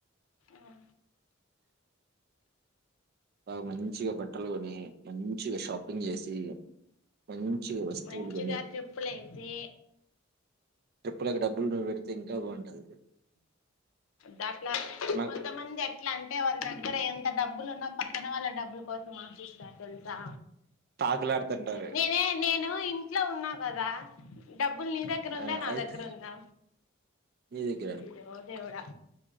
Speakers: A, on the left (about 75°); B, on the right (about 50°).
A: ఆహ
B: బాగా మంచిగా బట్టలు కొని మంచిగా షాపింగ్ చేసి మంచి చిగా వస్తువులు
A: మంచిగా
B: గొని
A: ట్రిప్పులేసి
B: ట్రిప్పులకి డబ్బులు నువ్వు పెడితే ఇంకా బాగుంటది
A: దట్లా
B: నాకు
A: కొంతమంది ఎట్లా అంటే వాళ్ళ దగ్గర ఎంత డబ్బులు ఉన్నా పక్కన వాళ్ళ డబ్బుల కోసం ఆశిస్తారు తెలుసా
B: తాకులాడుతుంటారు
A: నేనే నేను ఇంట్లో ఉన్నా కదా డబ్బులు నీ దగ్గర
B: ఆ
A: ఉందా నా
B: అయితే
A: దగ్గర ఉందా
B: నీ దగ్గర
A: అయ్యో దేవుడా